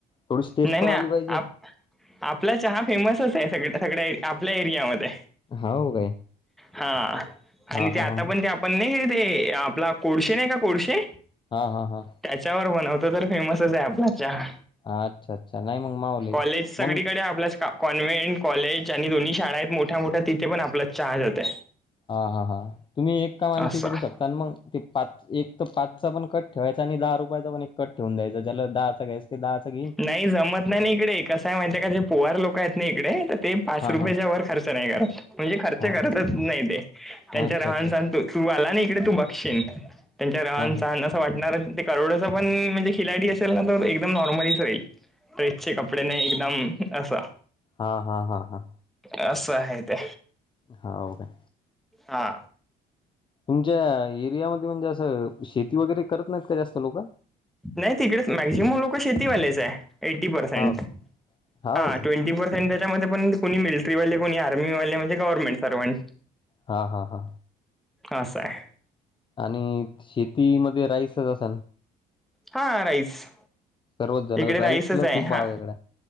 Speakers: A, on the left; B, in the centre.
A: थोडीशी टेस्ट
B: नाही
A: पण
B: नाही
A: आली पाहिजे
B: आप आपला चहा फेमसच आहे सगळ सगळ्या आपल्या एरियामध्ये
A: हा हो काय
B: हा
A: हा
B: आणि ते
A: हा
B: आता
A: हा
B: पण ते पण नाही हे ते आपला कोडसे नाही का कोडसेे
A: हा हा हा
B: त्याच्यावर बनवत तर फेमसच आहे आपला चहा
A: अच्छा अच्छा नाही मग मावले
B: कॉलेज सगळीकडे
A: मग
B: आहे आपल्यास का कॉन्व्हेंट कॉलेज आणि दोन्ही शाळा आहेत मोठ्या मोठ्या तिथे पण आपल्या चहा जाते
A: हा हा हां तुम्ही एक काम आणखी
B: असं
A: करू शकता मग ते पाच एक तर पाचचा पण कट ठेवायचा आणि दहा रुपयाचा पण एक कट ठेवून द्यायचा ज्याला दहाचा गॅस ते दहाचगीन
B: नाही जमत नाही ना इकडे कसंय माहिती आहे का जे पोवार लोक आहेत ना इकडे तर ते पाच
A: हा
B: रुपयाच्या
A: हा
B: वर खर्च नाही करत म्हणजे खर्च
A: हा
B: करतच नाही ते त्यांच्या
A: अच्छा
B: राहान
A: अच्छा
B: सांतूच
A: अच्छा
B: तू आला ना इकडे तू बघशन त्यांच्या रहन
A: हा
B: सहन अस वाट करोड पण म्हणजे खिलाडी असेल ना तर एकदम नॉर्मलच राईल ड्रेसचे कपडे त्याने एकदम असा
A: हा हा हा हा
B: असं आहे ते
A: हा का
B: हा
A: तुमच्या एरियामध्ये म्हणजे असं शेती वगैरे करत नाहीत का जास्त लोक
B: नाही तिकडे माझ म लोक शेतीवाल्याच आहे एटी पर्सेंट
A: हाव काय हाव
B: हा
A: काय
B: ट्वेंटी प त्याच्यामध्ये पण कोणी मिलिटरीवाले कोणी आर्मीवाले म्हणजे गव्हर्नमेंट सर्वं
A: हा हा हा
B: असं आहे
A: आणि शेतीमध्ये राईसच अस
B: हा राईस
A: सर्वच जण
B: इकडे
A: राईसला
B: राईसच आहे
A: खूप
B: हा
A: भाव इकडे